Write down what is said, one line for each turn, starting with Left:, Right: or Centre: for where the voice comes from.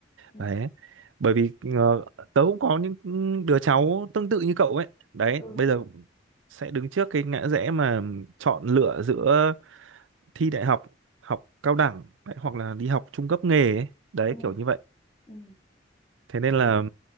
Left: ừ.
Right: đấy bởi vì ờ, tớ cũng có những đứa cháu tương tự như cậu ấy đấy
Left: Ừ.
Right: bây giờ sẽ đứng trước cái ngã rẽ mà chọn lựa giữa thi đại học học cao đẳng đấy, hoặc là đi học trung cấp nghề ấy. đấy
Left: Ừ.
Right: kiểu như vậy
Left: Ừ.
Right: thế nên là